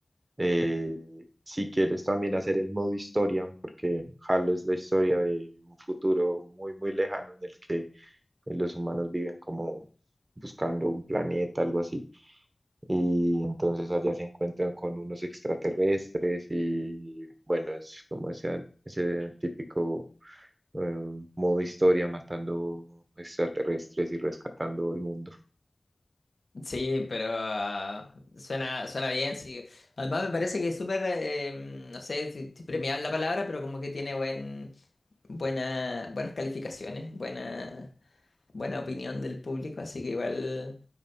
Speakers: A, on the right; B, on the left.
A: eh, si quieres también hacer el modo historia, porque Halo es la historia de un futuro muy, muy lejano en el que eh, los humanos viven como buscando un planeta, algo así y entonces allá se encuentran con unos extraterrestres y bueno, es como ese, ese típico eh, modo historia matando extraterrestres y rescatando el mundo.
B: Sí, pero ah, suena, suena bien, sí. Además me parece que es súper, eh, mm, no sé si, si premiable la palabra, pero como que tiene buen, buena, buenas calificaciones, buena, buena opinión del público, así que igual